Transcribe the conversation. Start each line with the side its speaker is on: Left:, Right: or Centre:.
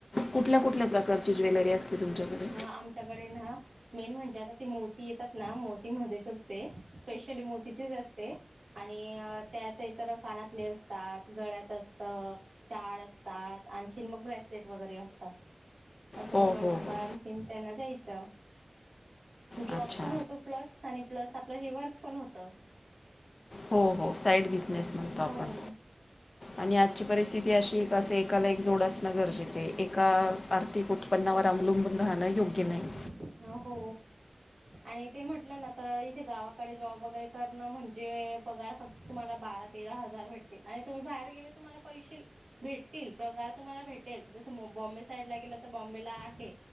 Left: कुठल्या, कुठल्या प्रकारची ज्वेलरी असते? तुमच्याकडे
Right: हा आमच्याकडे ना, मेन म्हणजे आता ते मोती येतात ना, मोती मध्येच असते. स्पेश ली, मोतीतीच असते आणि त्यात इतर कानातले असतात, गळ्यात असत, चाळ असतात. आणखीन मग, ब्रेसलेट वगैरे असतात. असं
Left: हो
Right: बनवून
Left: हो
Right: मग
Left: हो
Right: आणखीन त्यांना द्यायचं. जॉब
Left: अच्छा
Right: पण होतो प्लस, आणि प्लस आपलं हे वर्क पण होत.
Left: हो हो साइड बिसनेस म्हणतो आपण
Right: हो
Left: आणि आजची परिस्थिती अशी एक असे एकाला एक जोड असणं गरजेचंय. एका आर्थिक उत्पन्नावर अवलंबून राहणं योग्य नाही.
Right: <unintelligible> अ हो आणि ते म्हटलं ना, तर इथे गावाकडे जॉब वगैरे करणं म्हणजे पगार फक्त तुम्हा ला बारा तेरा हजार भेटतील. आणि तुम्ही बाहेर गेले तुम्हाला पैसे भेटतील प्रगार तुम्हाला भेटेल जस मुंब बॉम्बे साईड ला गेलं, तर बॉम्बेला आहे